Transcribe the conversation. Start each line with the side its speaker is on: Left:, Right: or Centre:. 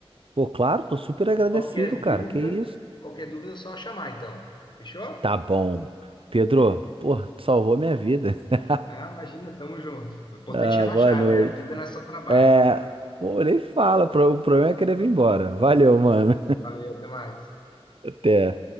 Right: Pô, claro, tô super agradecido,
Left: Qualquer
Right: cara.
Left: dúvida,
Right: Que isso?
Left: qualquer dúvida é só chamar, então. Fechou?
Right: Tá bom. Pedro, pô, tu salvou minha vida. <laughs>
Left: Ah, imagina, tamo junto. O importante
Right: Ah,
Left: é relaxar,
Right: boa noite.
Left: né? A vida não é só trabalho.
Right: É, pô, nem fala. pro- O problema é querer vir embora. Valeu, mano.
Left: Valeu, até mais.
Right: <laughs> Até.